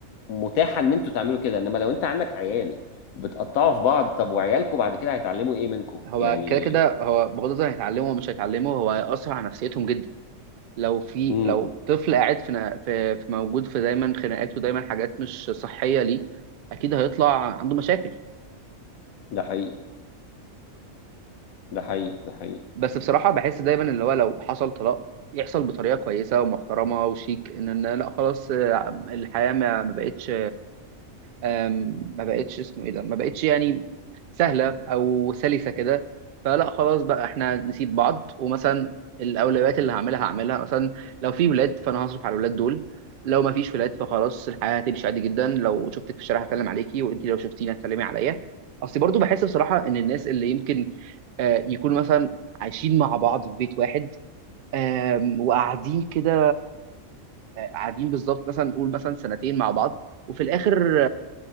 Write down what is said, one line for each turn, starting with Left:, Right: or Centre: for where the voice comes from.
Left: متاحه ان انتوا تعملوا كده انما لو انت عندك عيال بتقطعوا في بعض طب وعيالكم بعد كده هيتعلموا ايه منكم
Right: هو
Left: يعني
Right: كده كده هو بغض النظر هيتعلمه ومش هيتعلمه هو هيأثر على نفسيتهم جدا لو في
Left: امم
Right: لو طفل قاعد في نا- في في موجود في دايما خناقات ودايما حاجات مش صحية ليه أكيد هيطلع عنده مشاكل
Left: ده حقيقي ده حقيقي ده حقيقي
Right: بس بصراحة بحس دايما اللي هو لو حصل طلاق يحصل بطريقة كويسة ومحترمة وشيك ان إن لا خلاص آه، الحياة ما ما بقتش آم، ما بقتش اسمه ايه ده ما بقتش يعني سهله او سلسه كده فلا خلاص بقى احنا نسيب بعض ومثلا الاولويات اللي هعملها هعملها مثلا لو في ولاد فانا هصرف على الولاد دول لو ما فيش ولاد فخلاص الحياه هتمشي عادي جدا لو شفتك في الشارع هتكلم عليكي وانت لو شفتيني هتسلمي عليا اصل برضو بحس بصراحه ان الناس اللي يمكن آه، يكونوا مثلا عايشين مع بعض في بيت واحد آم، وقاعدين كده آه، قاعدين بالظبط مثلا نقول مثلا سنتين مع بعض وفي الاخر